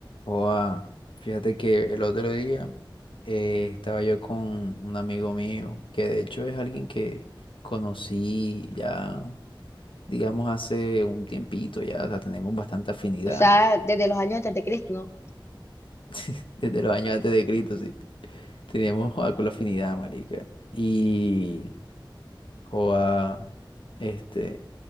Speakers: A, on the left; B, on the left.
A: Joa, fíjate que el otro día eh, estaba yo con un amigo mío, que de hecho es alguien que conocí ya, digamos, hace un tiempito ya, o sea, tenemos bastante afinidad,
B: O sea, desde los años antes de Cristo, ¿no?
A: <laughs> desde los años antes de Cristo, sí, tenemos joa, con la afinidad, marica. Y, joa, este,